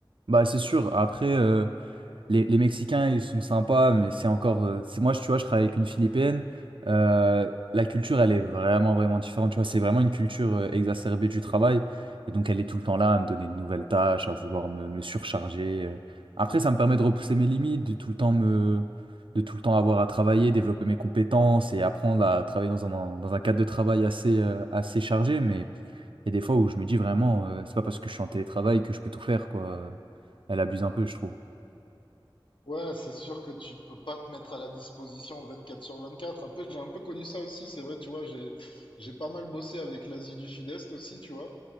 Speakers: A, on the right (about 70°); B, on the left (about 70°).
A: Bah, c'est sûr. Après, euh, les, les Mexicains, ils sont sympas, mais c'est encore. euh, c'est, moi, je- tu vois, je travaille avec une Philippine. euh, la culture, elle est vraiment, vraiment différente. Tu vois, c'est vraiment une culture euh, exacerbée du travail. Et donc, elle est tout le temps là à me donner de nouvelles tâches, à vouloir me, me surcharger. euh. Après, ça me permet de repousser mes limites, de tout le temps me, de tout le temps avoir à travailler, développer mes compétences et apprendre à travailler dans un, dans un cadre de travail assez, euh, assez chargé. Mais il y a des fois où je me dis vraiment, euh, c'est pas parce que je suis en télétravail que je peux tout faire, quoi. Elle abuse un peu, je trouve.
B: Ouais, c'est sûr que tu peux pas te mettre à la disposition 24 sur 24. Après, j'ai un peu connu ça aussi, c'est vrai, tu vois, j'ai j'ai pas mal bossé avec l'Asie du Sud-Est aussi, tu vois.